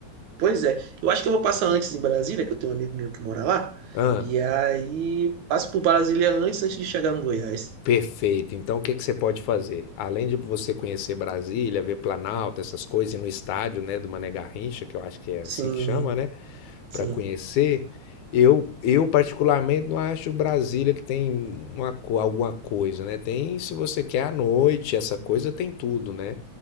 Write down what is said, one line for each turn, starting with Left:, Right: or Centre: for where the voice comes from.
Right: Pois é. Eu acho que eu vou passar antes em Brasília, que eu tenho um amigo meu que mora lá.
Left: Ah,
Right: E aí passo por Brasília antes, antes de chegar no Goiás.
Left: perfeito. Então, o que que você pode fazer? Além de você conhecer Brasília, ver Planalto, essas coisas, e no estádio, né, do Mané Garrincha, que eu acho que é assim
Right: Sim,
Left: que chama, né?
Right: sim,
Left: para conhecer. Eu, eu particularmente não acho Brasília que tem uma, co- alguma coisa, né? Tem, se você quer à noite, essa coisa tem tudo, né?